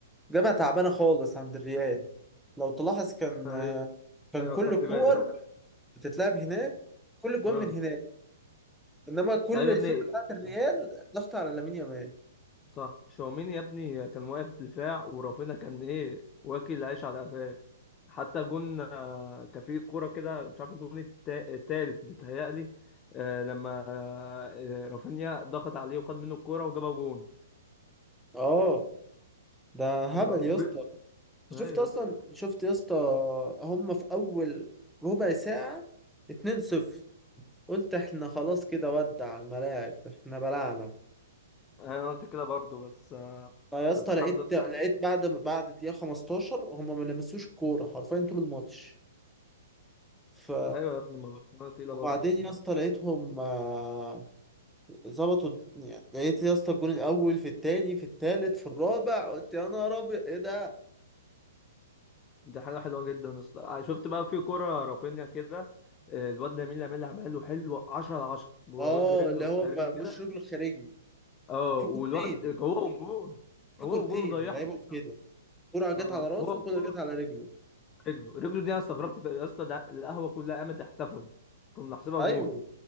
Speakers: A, in the centre; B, on the left.
A: جبهة تعبانة خالص عند الريال لو تلاحظ كان
B: ايوه
A: كان
B: ايوه
A: كل
B: خدت
A: الكور
B: بالي رو.
A: بتتلعب هناك كل الجوان
B: اه
A: من هناك انما كل
B: ايوه يا
A: الفرقة
B: ابني
A: بتاعت الريال ضغط على لامين يامال
B: صح تشاوميني يا ابني كان واقف دفاع ورافينا كان ايه واكل عيش على قفاه حتى جون آه، كان في كوره كده مش عارف الجون التا- التالت بيتهيألي آه، لما آه، رافينيا ضغط عليه وخد منه الكوره وجابها جون
A: اه ده هبل
B: آه، وفي
A: يا اسطى شفت
B: ايوه
A: اصلا
B: يا اسطى.
A: شفت يا اسطى هم في اول ربع ساعة 2-0 قلت احنا خلاص كده ودع الملاعب احنا بلعنا
B: انا قلت كده برضو بس آه،
A: فيا اسطى
B: بس الحمد
A: لقيت
B: لله
A: لقيت
B: يعني
A: بعد بعد الدقيقة 15 هم ما لمسوش الكورة حرفيا طول الماتش ف
B: ايوه يا ابني ما برشلونه تقيله
A: وبعدين
B: برضو
A: يا اسطى لقيتهم آه، ظبطوا الد- يعني لقيت يا اسطى الجون الاول في التاني في التالت في الرابع قلت يا نهار ابيض ايه ده
B: دي حاجة حلوة جدا أصل- آه، شفت بقى في كرة رافينيا كده آه، الواد لامين يامال عمله حلو 10 على 10 بوجه
A: اه
B: رجله
A: اللي هو
B: خارجي
A: بقى
B: كده
A: بوش رجله الخارجي
B: اه
A: في
B: والواد
A: كورتين
B: هو والجون
A: في
B: هو
A: كورتين
B: والجون ضيعها
A: لعيبهم
B: في السما
A: كده كرة جت
B: اه آه،
A: على راسه
B: هو
A: وكرة
B: والجون
A: جت على رجله
B: رجله رجله دي انا استغربت في يا اسطى ده القهوة كلها قامت احتفلت كنا نحسبها
A: ايوه
B: جون